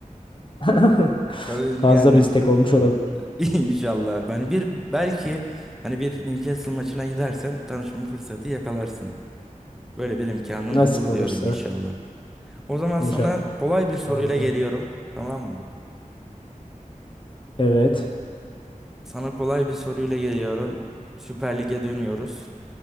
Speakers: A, on the left; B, in the centre.
A: <laughs>
B: Tabii
A: Fazla
B: yani
A: bir istek olmuş olabilir.
B: <laughs> İnşallah. Ben bir belki hani bir Newcastle maçına gidersen tanışma fırsatı yakalarsın. Böyle bir imkanın
A: Nasip
B: olur
A: olursa
B: diyorum inşallah. O zaman sana
A: inşallah.
B: kolay bir soruyla
A: olur.
B: geliyorum. Tamam mı?
A: Evet,
B: Sana kolay bir soruyla geliyorum. Süper Lig'e dönüyoruz.